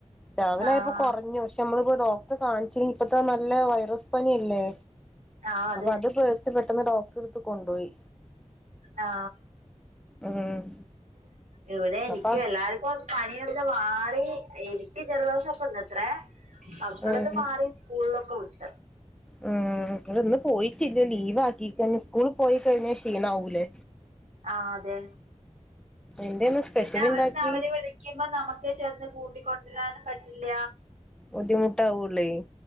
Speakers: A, in the centre; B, on the right.
A: രാവിലെ
B: ആഹ്
A: ആയപ്പോ കുറഞ്ഞു പക്ഷ നമ്മളിപ്പോ ഡോക്ടറെ കാണിച്ചേ ഇപ്പത്തെ നല്ല വൈറസ് പനിയല്ലേ
B: ആഹ് അതെ
A: അപ്പൊ അതിപ്പോ പെട്ടെന്ന് ഡോക്ടറെടുത്ത് കൊണ്ടോയി.
B: ആ
A: ഉം
B: ഇവിടെ എനിക്കും
A: അപ്പൊ
B: എല്ലാർക്കു പനിയൊന്ന് മാറി എനിക്ക് ജലദോഷം ഒപ്പണ്ട്ത്രേ മക്കളത്
A: ഉം
B: മാറി സ്കൂളിലൊക്കെ വിട്ട്
A: ഉം ങ്ങളിന്ന് പോയിട്ടില്ല. ലീവ് ആക്കിയേക്കാൻ സ്കൂളി പോയിക്കഴിഞ്ഞാൽ ക്ഷീണാവൂലേ?
B: ആ അതെ
A: എന്തേന്ന് സ്പെഷ്യൽ
B: പിന്നവിടുന്ന്
A: ഇണ്ടാക്കി
B: അവര് വിളി ക്കുമ്പം നമുക്ക് ചെന്ന് കൂട്ടിക്കൊണ്ടുവരാനും പറ്റില്ല.
A: ബുദ്ധിമുട്ടാവൂല്ലേ